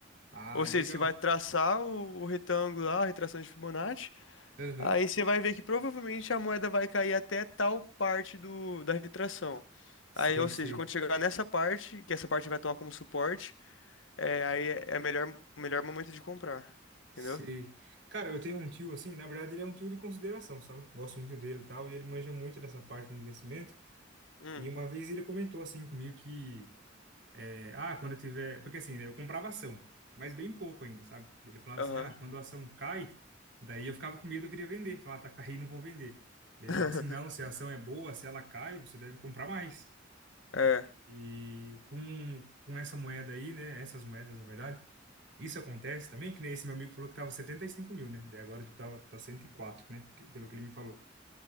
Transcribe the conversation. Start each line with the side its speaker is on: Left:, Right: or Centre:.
Right: Ah,
Left: Ou
Right: legal.
Left: seja, você vai traçar o, o retângulo lá, a retração de Fibonacci,
Right: Uhum.
Left: aí você vai ver que provavelmente a moeda vai cair até tal parte do, da retração.
Right: Sei,
Left: Aí, ou
Right: sei,
Left: seja, quando chegar nessa parte, que essa parte vai tomar como suporte, eh, aí é o melhor, melhor momento de comprar,
Right: sei.
Left: entendeu?
Right: Cara, eu tenho um tio assim, na verdade ele é um tio de consideração, sabe? Gosto muito dele e tal, e ele manja muito dessa parte do investimento.
Left: Hum,
Right: E uma vez ele comentou assim comigo que, é, ah, quando eu tiver. Porque assim, né, eu comprava ação, mas bem pouco ainda, sabe? Ele falava
Left: aham.
Right: assim, ah, quando a ação cai, daí eu ficava com medo, eu queria vender. Falava, "Ah, tá caindo, não vou vender. Daí
Left: <laughs>
Right: Ele falava assim, não, se a ação é boa, se ela cai, você deve comprar mais.
Left: É.
Right: E com, com essa moeda aí, né? Essas moedas, na verdade, isso acontece também, que nem esse meu amigo falou que tava 75 mil, né? Daí agora, tipo, tava, tá cento e quatro né? que- Pelo que ele me falou.